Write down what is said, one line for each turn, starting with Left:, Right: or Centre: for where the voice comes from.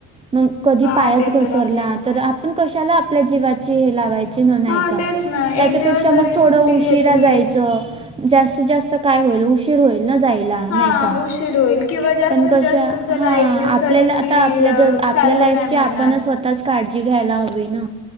Right: मग कधी
Left: हा
Right: पायाच
Left: ते
Right: घसरला
Left: तर आहेच
Right: तर आपण कशाला आपल्या जीवाची हे लावाय ची नाही
Left: हा
Right: का
Left: तेच ना
Right: त्याच्यापेक्षा
Left: एक दिवस जरी
Right: मग थोड
Left: सुट्टी
Right: उशिरा
Left: घेतली
Right: जायचं जास्तीत जास्त काय होईल उशीर होईल? न‌ जायला
Left: हा
Right: नाही का,
Left: उशीर होईल किंवा जास्तीत
Right: पण कस
Left: जास्त
Right: हा
Left: चला एक दिवसाची
Right: आपल्याला आता आपल्या ज आपल्या
Left: सॅलरी
Right: लाईफची
Left: नाही मिळणार
Right: आपणच स्वतःच काळजी घ्यायला हवी ना.